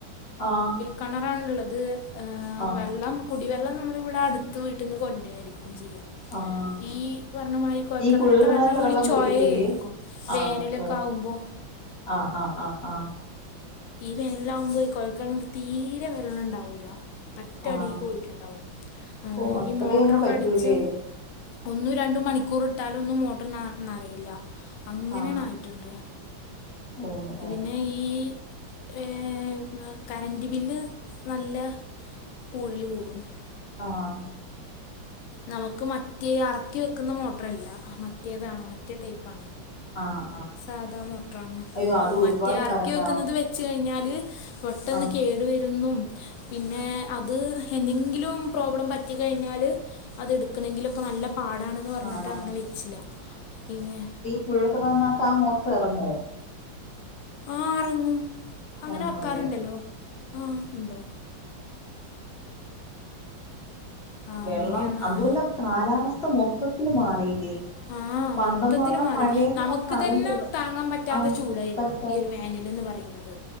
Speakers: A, on the left; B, on the left.
A: ആഹ്
B: കെണറാണ്ള്ളത്
A: ആഹ്
B: വെള്ളം കുടിവെള്ളം നമ്മളിവിടെ അട്ത്ത് വീട്ടി ന്ന് കൊണ്ടാരിക്കും ചെയ്യാ
A: ആഹ്
B: ഈ പർഞ്ഞമാരി കോൽക്കെണർത്തെ
A: ഈ കുഴൽ കിണറിലെ
B: വെള്ളം ഒരു ചൊയേര്ക്കും
A: കുടിക്കത്തില്ലേ ആഹ്
B: വേനലൊക്കെ
A: ചൊമയുണ്ട്
B: ആവുമ്പോ
A: ആഹ് ആഹ് ആഹ് ആഹ്
B: ഈ വേനലാവുമ്പോയ് ഈ കൊഴൽകെണർതീരെ വെള്ളം ണ്ടാവൂല്ല പറ്റ
A: ആഹ്
B: അടീക്ക് പോയിറ്റ്ണ്ടാവും
A: ഓ അത്രയും
B: ഈ മോട്രൊക്കെ
A: അങ്ങ് പറ്റൂല്ലേ
B: അടിച്ച് ഒന്നും രണ്ടും മണിക്കൂർ ഇട്ടാലൊന്നും മോട്ടർ നറീല്ല അങ്ങനെണായിട്ട്ണ്ട്
A: ആഹ് ഓ ഓ
B: പിന്നെ ഈ ഏഹ് കറന്റ് ബില്ല് നല്ല കൂടൽ കൂടും
A: ആഹ്
B: നമക്ക് മറ്റേ അറക്കി വെക്ക്ന്ന മോട്രല്ല മറ്റേതാണ് മറ്റേ ടൈപ്പാണ്
A: ആഹ് ആഹ്
B: സാധാ മോട്രാണ്
A: അയ്യോ അത് ഒരുപാട്
B: മറ്റേ അറക്കി
A: കറണ്ടാവും
B: വെക്കുന്നത് വെ ച്ച് കയ്ഞ്ഞാല് പെട്ടെന്ന്
A: ആഹ്
B: കേട് വെരുംന്നും പിന്നെ അത് എന്തെങ്കിലും പ്രോബ്ലം പറ്റി കഴിഞ്ഞാൽ അത് എടുക്കണങ്കിലൊക്കെ നല്ല പാടാണ്ന്ന് പർഞ്ഞിട്ട്
A: പാടാണ്
B: അങ്ങനെ വെച്ചില പിന്നെ
A: കുഴൽ കെണർനകത്താ മോട്രെറങ്ങോ
B: ആഹ് അറങ്ങും അങ്ങനെ
A: ഇറങ്ങുവല്ലേ
B: വെക്കാറ്ണ്ടല്ലോ ആഹ് ണ്ട് ആ
A: വെള്ളം
B: അങ്ങനെയാണ്
A: അതല്ല കാലാവസ്ഥ മൊത്തത്തിൽ മാറിയില്ലേ
B: ആഹ്
A: പണ്ടന്ന്
B: മൊത്തത്തിൽ
A: പറഞ്ഞാ
B: മാറി
A: മഴയന്ന്
B: നമുക്ക്
A: പറഞ്ഞാ അതിന്റെ
B: തന്നെ
A: സ്
B: താങ്ങാൻ പറ്റാത്ത
A: ആഹ്
B: ചൂടായിരുന്നു
A: പറ്റാെ
B: ഈ ഒരു വേനലെന്ന് പറയുന്നത്